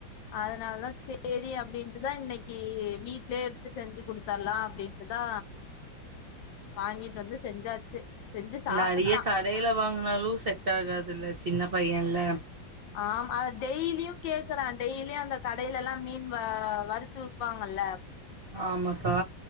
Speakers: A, on the left; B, on the right.
A: அதனால தா சேரி அப்டின்ட்டுதா இன்னிக்கி வீட்லயே எடுத்து செஞ்சு குடுத்தரலா அப்டின் ட்டுதா வாங்கிட்டு வந்து செஞ்சாச்சு. செஞ்சு சாப்புட்டா
B: நறிய கடைல வாங்குனாலு செட் ஆகாதுல்ல சின்ன பையல்ல.
A: ஆம் அத டெய்லியு கேக்குறா டெய்லியு அந்த கடையிலெல்லா மீன் வ வறுத்து வி ப்பாங்கல்ல
B: ஆமக்கா